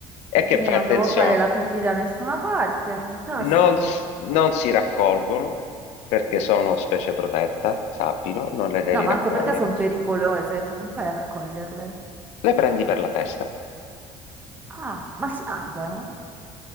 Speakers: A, on the left; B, on the right.
A: E che
B: Quindi
A: fai
B: non
A: attenzione,
B: devo fare la pipì da nessuna parte, fantastico.
A: non, s- non si raccolgono perché sono specie protetta, sappilo, non le devi
B: No, ma
A: raccogliere,
B: anche perché sono pericolose, cioè come fai a raccoglierle?
A: le prendi per la testa.
B: Ah, ma si mangiano?